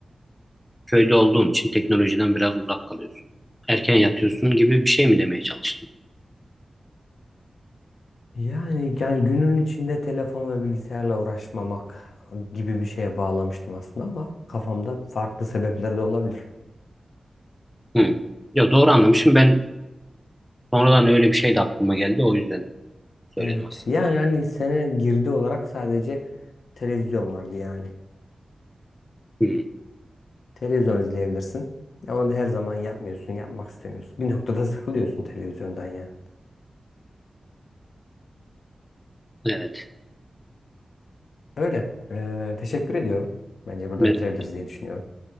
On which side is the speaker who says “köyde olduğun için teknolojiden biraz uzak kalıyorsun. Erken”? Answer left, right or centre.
Centre